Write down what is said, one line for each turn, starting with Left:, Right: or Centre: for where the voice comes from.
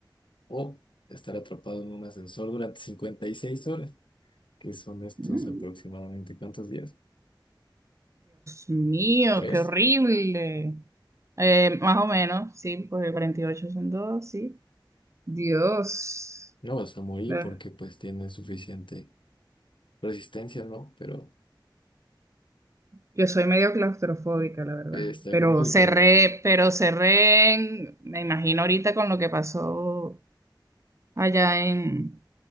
Left: o estar atrapado en un ascensor durante 56 horas, que son estos
Right: Dios
Left: aproximadamente, ¿cuántos días?
Right: mío,
Left: ¿Tres?
Right: qué horrible. Eh, más o menos, sí, porque 48 son dos, sí. Dios.
Left: No vas a morir
Right: Eh,
Left: porque pues tienes suficiente resistencia, ¿no? Pero
Right: Yo soy medio claustrofóbica, la verdad.
Left: eh, está
Right: Pero
Left: complicado.
Right: cerré, pero cerré, en- me imagino ahorita con lo que pasó allá en,